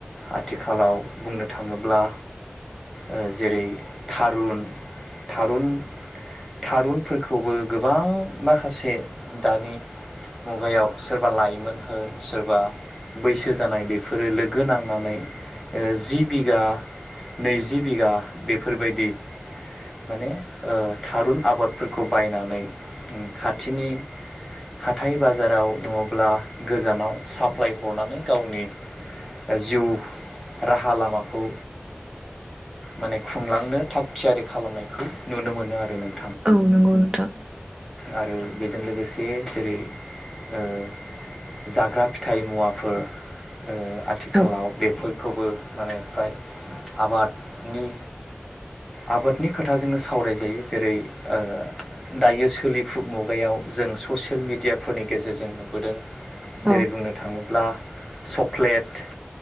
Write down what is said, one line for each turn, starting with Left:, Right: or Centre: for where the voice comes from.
Centre: आथिखालाव बुंनो थाङोब्ला ओ जेरै थारुन थारुन थारुनफोरखौबो गोबां माखासे दानि मुगायाव सोरबा लाइमोन होन सोरबा बैसो जानाय बेफोरो लोगो नांनानै ओ जि बिगा नैजि बिगा बेफोर बायदि माने ओ थारुन आबादफोरखौ बायनानै खाथिनि हाथाय बाजाराव नङाब्ला गोजानाव साप्लाय हरनानै गावनि जिउ राहा लामाखौ माने खुंलांनो थाग थियारि खालामनायखौ नुनो मोनो आरो नों
Right: औ नंगौ नोंथां
Centre: आरो बेजों लोगोसे जेरै ओ जाग्रा फिथाइ मुवाफोर ओ आथिखालाव
Right: औ
Centre: बे फोरखौबो माने फ्राय आबादनि आबादनि खोथा जोङो सावरायजायो जेरै ओ‌ दायो सोलिफु मुगायाव जों ससियेल मिडियाफोरनि गेजेरजों नुबोदों जेरै
Right: औ
Centre: बुंनो थाङोब्ला चक्लेट